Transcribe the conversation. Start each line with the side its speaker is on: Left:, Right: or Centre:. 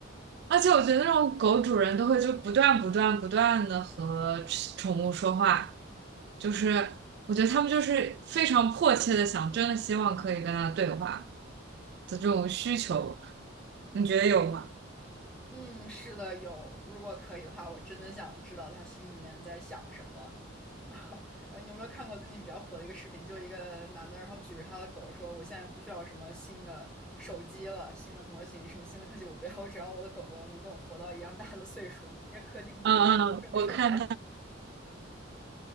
Right: 而且，我觉得那种狗主人都会就不断不断不断的和宠物说话，就是我觉得他们就是非常迫切的想，真的希望可以跟他对话的这种需求，你觉得有吗？
Centre: 嗯，是的，有。如果可以的话，我真的想知道他心里面在想什么。<laughs> 啊，你有没有看过最近比较火的一个视频？就一个男的，然后举着他的狗说：“我现在不需要什么新的手机了，新的模型，什么新的科技，我不要，我只要我的狗狗能跟我活到一样大的岁数。你们这些科技公司干点正事儿吧。”
Right: 嗯嗯，我看。